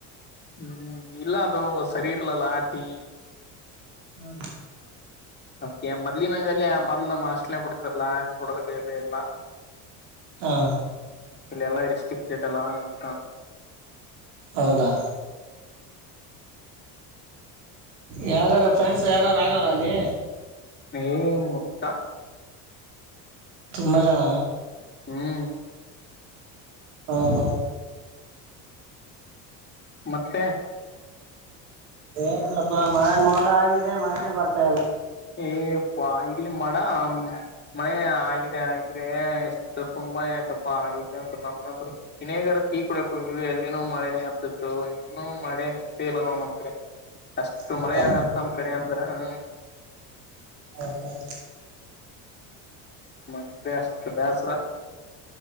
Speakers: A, on the left (about 20°); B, on the right (about 80°).
A: ಹ್ಮ್ ಇಲ್ಲ ಅದು ಸರಿ ಇರಲ್ಲ ಟೀ
B: ಹ್ಮ
A: ಅದ ಮದನಿಂಗಲ್ನಂಗಲ್ಲಿ <unintelligible> ಆ ಮದ್ಲು ನಮ್ಮ ಅಷ್ಟಲೇ ಕುಡತಿರ್ಲಾ ಕೊಡದಿಲ್ಲ ಇ ಎಲ್ಲ
B: ಹಾ
A: ಇಲ್ಲ ಎಲ್ಲ ರಿಸ್ಟ್ರಿಕ್ ಇರಲ್ಲ ಅದಕ್ಕ
B: ಹೌದಾ ಯಾರ್ಯಾರ ಫ್ರೆಂಡ್ಸ್ ಯಾರಾರ ಆಗವ್ರ ಅಲ್ಲಿ
A: ಓ ಮುತ್ತ
B: ತುಂಬಾ ಜನ
A: ಹ್ಮ್
B: ಹಾ ಹ
A: ಮತ್ತೆ
B: ಏನಿಲ್ಲಪ್ಪಾ ಮಳೆ ಮೋಡ ಆಗಿದೆ ಮಳೆನೇ ಬರ್ತಾಯಲ್ಲ
A: ಏಪ್ಪ ಇಲ್ಲಿ ಮಾಡ ಮಳೆ ಆಗಿದೆ ಆಗಿದೆ ಎಷ್ಟ ತುಂಬಾನೇ ಆಯ್ತಪ್ಪಾ ಇಲ್ಲಂತೂ ನಮ್ಗಂತರು ಇನೇಗಾರ <unintelligible> ಟೀ ಕುಡಿಯಕ್ಕೆ ಎಲ್ಲಿನೂ ಮಳೆನೇ ಹತ್ತತ್ ದು ಇನ್ನುೂ ಮಳೆ ನಿಂತೇ ಇಲ್ಲ ನೋ್ ನಮಕ್ರೆ ಅಷ್ಟು
B: ಹೌದಾ
A: ಮಳೆ ಆಗಪ್ಪ ನಮ ಕಡ ಅಂಬರ ಹ
B: ಹ ಹಾ
A: ಮತ್ತಷ್ಟು ಬೇಸರ